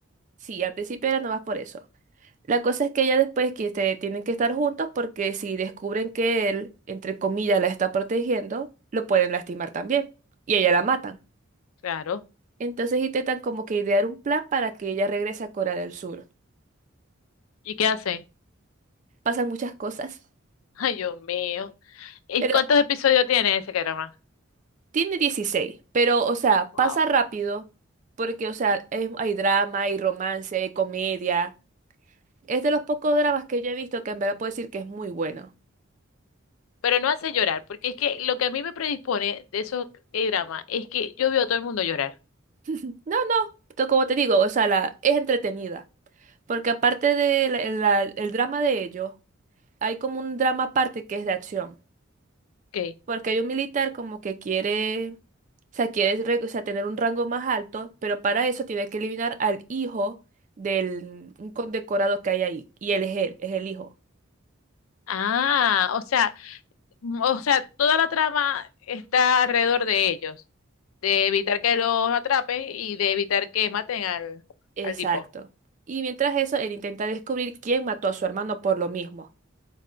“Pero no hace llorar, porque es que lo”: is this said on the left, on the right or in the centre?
Left